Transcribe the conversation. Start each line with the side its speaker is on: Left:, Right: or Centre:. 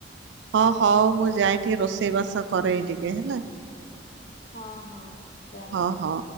Right: ହଁ ହଉ ମୁଁ ଯାଏଁ ଟିକିଏ ରୋଷେଇ ବାସ କରେ ଟିକିଏ ହେଲା।
Left: ହଁ ହଁ ଯା।
Right: ହଁ ହଁ।